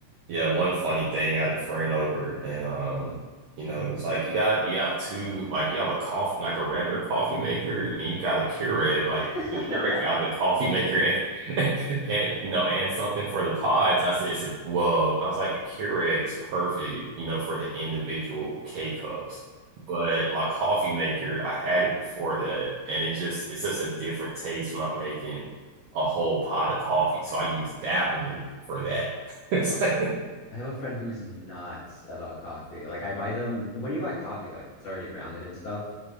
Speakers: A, on the right; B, on the left.
A: Yeah, one funny thing, I had a friend over and um, you know, it's like you got you have two like you have a coffee like a regular coffee maker and you got a Keurig, like
B: <laughs> I
A: the Keurig has a coffee maker and <laughs> and you know, and something for the pods. And I said, it's a, well, I was like, the Keurig is perfect, you know, for the individual K cups. But my coffee maker, I had it before that, and it just it's just a different taste when I'm making a whole pot of coffee. So I use that one for that. <laughs> It's like
B: have a friend who's nuts about coffee. Like I buy them when you buy coffee, like it's already grounded and stuff.